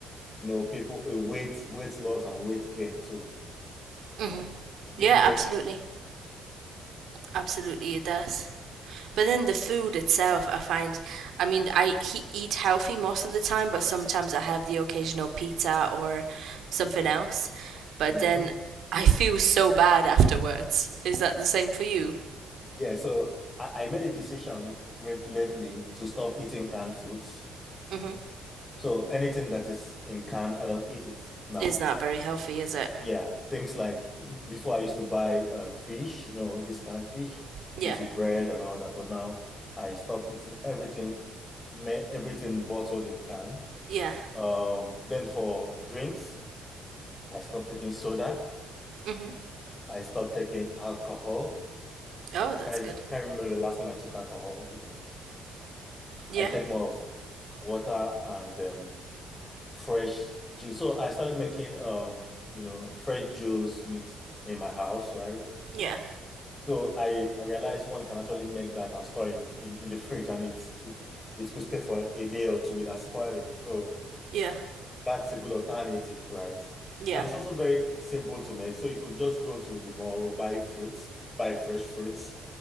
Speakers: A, on the left; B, on the right.
A: you know people uh, weight weight loss and weight gain too,
B: hmm
A: being
B: Yeah,
A: more
B: absolutely.
A: conscious.
B: Absolutely, it does. But then the food itself, I find, I mean, I he, eat healthy most of the time, but sometimes I have the occasional pizza or something else. But
A: hmm
B: then I feel so bad afterwards. Is that the same for you?
A: Yeah, so I, I made a decision re- lately to stop eating canned foods
B: Mm-hmm.
A: So anything that is in can, I don't eat it now.
B: It's not very healthy, is it?
A: Yeah, things like before I used to buy um, fish, you know, this canned fish,
B: Yeah.
A: eat with bread and all that. But now I stopped eating everything, ma- everything bottled in can.
B: Yeah.
A: Um, then for drinks, I stopped taking soda.
B: Mm-hmm.
A: I stopped taking alcohol.
B: Oh,
A: I
B: that's
A: can't even,
B: good.
A: I can't remember the last time I took alcohol, you know.
B: Yeah.
A: I take more of water and um, fresh juice. So I started making um, you know, fresh juice mix in my house, right?
B: Yeah.
A: So I, I realized one can actually make that and store in, in, in the fridge and it's it, it could stay for a day or two without spoiling. So
B: Yeah.
A: that's a good alternative, right?
B: Yeah.
A: And it's also very simple to make. So you could just go to the mall, buy fruits, buy fresh fruits